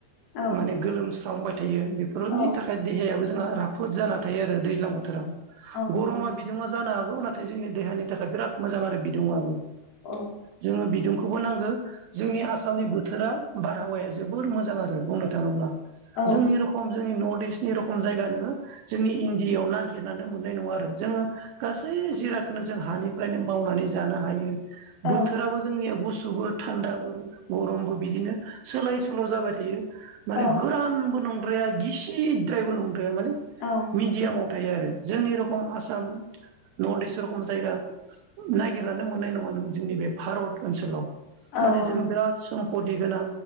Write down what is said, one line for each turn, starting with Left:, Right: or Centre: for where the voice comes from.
Left: औ
Right: माने गोलोमस्रावबाय थायो बेफोरनि
Left: औ औ औ
Right: थाखाय देहायाबो जोंहा राफोद जाना थायो आरो दैज्लां बोथोराव।
Left: नंगौ
Right: गरमा
Left: नोंथां
Right: बिदुंङा जानो हागौ नाथाय जोंनि देहानि थाखाय बिराद मोजां आरो बि दुंङाबो
Left: औ
Right: जोङो बिदुंखौबो नांगौ जोंनि आसामनि बोथोरा बारहावाया जोबोर मोजां आरो बुंनो थाङोब्ला
Left: औ
Right: जोंनि रखम जोंनि नर्थ इसनि रखम जायगा नोङ जोंनि इण्डिआव नागिरनानै मोननाय नङा आरो जोङो गासै जिरा बेनो जों हानिफ्रायनो मावनानै जानो हायो।
Left: औ
Right: बोथोराबो जोंनिया गुसुबो थान्दाबो गरमबो बिदिनो सोलाय सल' जाबाय थायो माने
Left: औ
Right: गोरानबो नंद्राया गिसिद्रायबो <unintelligible> <unintelligible> माने
Left: औ
Right: मिडियामाव थायो आरो जोंनि रखम आसाम नर्थ इस्ट रखम जायगा नायगिरनानो मोननाय नङा नों जोंनि बे भारत ओनसोलाव
Left: औ
Right: माने जों बिराद सम्पति गोनां।